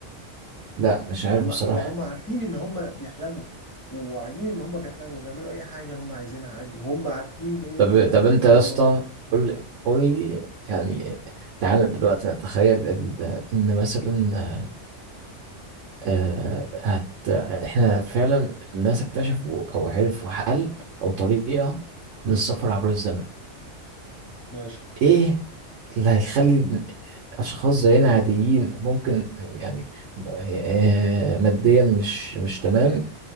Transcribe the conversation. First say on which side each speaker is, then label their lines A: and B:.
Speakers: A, on the right; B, on the left.
A: لا مش
B: يعني
A: عارف
B: هم
A: بصراحة
B: وهم عارفين ان هم بيحلموا وواعيين ان هم بيحلموا بيعملوا اي حاجه هم عايزينها عادي وهم عارفين 100%
A: طب
B: ومتاكدين
A: طب انت يا اسطى
B: ان هم بيحلموا
A: قول قول لي يعني تعالى دلوقتي نتخيل ال... ان مثلا آه... هت... احنا فعلا الناس اكتشفوا او عرفوا حل او طريقة للسفر عبر الزمن
B: ماشي
A: ايه اللي هيخلي اشخاص زينا عاديين ممكن يعني آه، ماديا مش مش تمام